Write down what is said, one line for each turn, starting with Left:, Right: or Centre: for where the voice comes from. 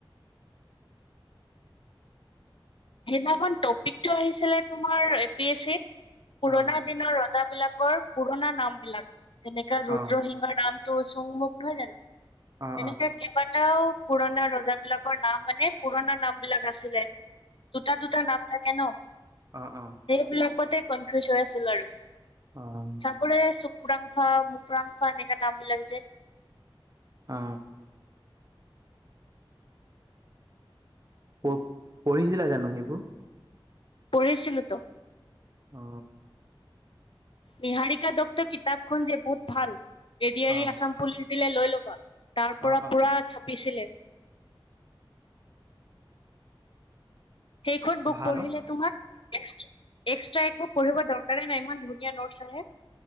Left: সেইদিনাখন টপিকটো আহিছিলে তোমাৰ এ পি এছ চিত পুৰণা
Right: অ
Left: দিনৰ ৰজাবলাকৰ পুৰণা নাম বিলাক যেনেকাে ৰুদ্ৰসিংহৰ
Right: অ
Left: নাম৷ চুংমুখ নহয় জানো
Right: অ
Left: এনেকে কেইবাটাও পুৰণা ৰজা বিলাকৰ নাম মানে পুৰণা নাম বিলাক আছিলে। দুটা-দুটা নাম থাকে ন।
Right: অ-অ।
Left: সেইবিলাকতে কনফিউজ হৈ আছিল আৰু।
Right: অ-অ
Left: তাপোৰে চুকৰাংফা, মুকৰাংফা এনেকুৱা নাম বিলাক যে
Right: আ পঢ পঢ়িছিলা জানো সেইবোৰ?
Left: পঢ়িছিলো তো।
Right: অ
Left: নিহাৰিকা দত্ত কিতাপখন যে বহুত ভাল A D R
Right: O O
Left: E Assam police দিলে লৈ ল'বা। তাৰ পৰা
Right: অ অ
Left: পুৰা চাপিছিলে। সেইখন বুক
Right: ভাল
Left: পঢ়িলে
Right: ন
Left: তোমাৰ বেস্ত৷ এক্সট্ৰা একো পঢ়িব দৰকাৰে নাই ইমান ধুনীয়া নোটছ আহে।